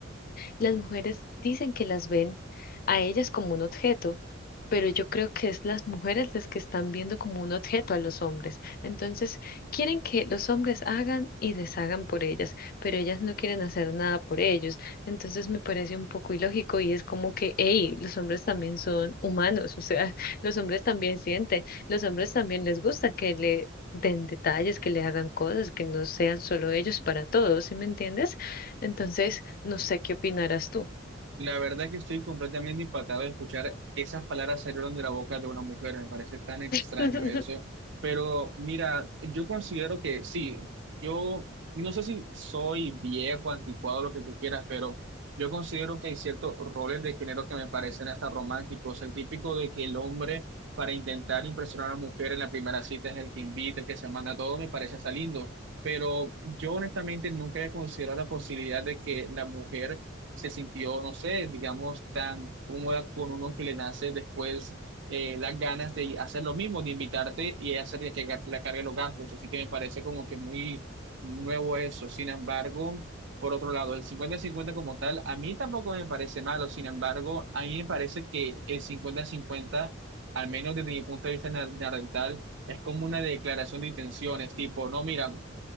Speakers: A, on the left; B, on the right.
A: las mujeres dicen que las ven a ellas como un objeto, pero yo creo que es las mujeres las que están viendo como un objeto a los hombres. Entonces, quieren que los hombres hagan y deshagan por ellas, pero ellas no quieren hacer nada por ellos. Entonces, me parece un poco ilógico y es como que, hey, los hombres también son humanos, o sea, <laughs> los hombres también sienten, los hombres también les gusta que le den detalles, que le hagan cosas, que no sean solo ellos para todos, ¿sí me entiendes? Entonces, no sé qué opinarás tú.
B: La verdad es que estoy completamente impactado de escuchar esas palabras salieron de la boca de una mujer. Me parece tan extraño
A: <laughs>
B: eso. Pero mira, yo considero que sí, yo no sé si soy viejo, anticuado, lo que tú quieras, pero yo considero que hay ciertos roles de género que me parecen hasta románticos. El típico de que el hombre, para intentar impresionar a la mujer en la primera cita, es el que invita, el que se manda todo, me parece hasta lindo. Pero yo honestamente nunca he considerado la posibilidad de que la mujer se sintió, no sé, digamos, tan cómoda con uno que le nace después eh, las ganas de hacer lo mismo, de invitarte y hacer que que la cargue los gastos. Así que me parece como que muy nuevo eso. Sin embargo, por otro lado, el cincuenta-cincuenta como tal, a mí tampoco me parece malo. Sin embargo, a mí me parece que el cincuenta-cincuenta al menos desde mi punto de vista nar- narrental, es como una declaración de intenciones, tipo, no, mira,